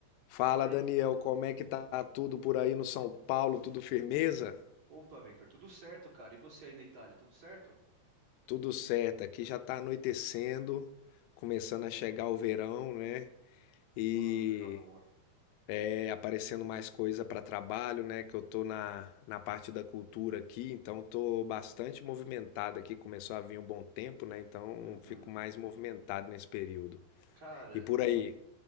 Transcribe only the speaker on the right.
Fala aí.
Opa, Victor, tudo certo, cara? E você aí na Itália, tudo certo?
Ah, coisa boa.
Aham.
Cara,